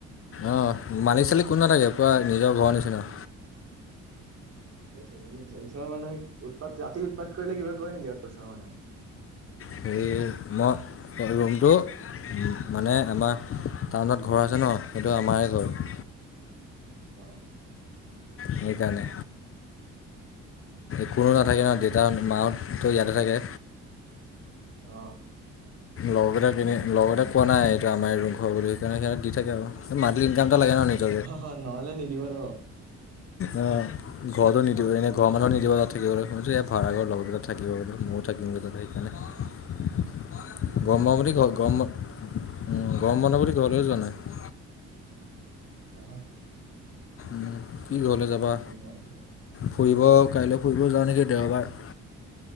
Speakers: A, on the left; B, on the right.
A: অ মালিক চালি কোনো নাথাকে পোৰা নিজৰ ঘৰৰ নিচিনা।
B: ঠিকে আছে ঠিকে আছে, ওচৰৰ মানুহে উৎপাত ৰাতি উৎপাত কৰিলে কিবা কয় নেকি ওচৰৰ মানুহে?
A: হেৰি, মই ৰুমটো মানে আমাৰ টাউনত ঘৰ আছে ন সেইটো আমাৰে ঘৰ।
B: অ
A: সেইকাৰণে। কোনো নাথাকে ন দেতাহঁত মাহহঁততো ইয়াতে থাকে।
B: অ
A: লগৰকেইটা কিনি, লগৰকেইটাক কোৱা নাই এইটো আমাৰে ৰুম ঘৰ বুলি সেইকাৰণে সিহঁতি দি থাকে আৰু মান্থলি ইনকাম এটা লাগে ন। নিজকে
B: হ হ নহলে নিদিব ন?
A: অহ ঘৰতো নিদিব এনে ঘৰ মানুহো নিদিব তাত থাকিবলে ভাড়া ঘৰ লগকেইটা থাকিব বুলো ময়ো থাকিমগে তাতে। <unintelligible>
B: এইটো বেলেগ
A: <inaudible> গম পাওঁ
B: মাথা
A: বুলি,
B: মাৰিছ
A: বুলি গম
B: বে
A: উম গৰম বন্ধ বুলি ঘৰলেও যোৱা নাই।
B: অ
A: উম কি ঘৰলে যাবা,
B: যিয়ে মাৰিছে
A: ফুৰিব কাইলে ফুৰিব যাওঁ নেকি দেওবাৰ।